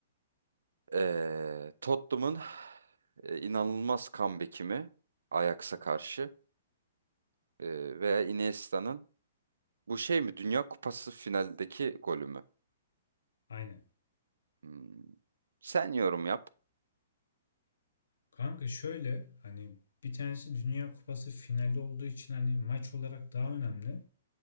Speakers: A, on the right; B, on the left.
A: Ee, Tottenham'ın e, inanılmaz comeback'i mi Ajax'a karşı Ee, veya Iniesta'nın bu şey mi Dünya Kupası finaldeki golü mü?
B: Aynen.
A: Hmm. Sen yorum yap.
B: Kanka şöyle hani bir tanesi Dünya Kupası finali olduğu için hani maç olarak daha önemli.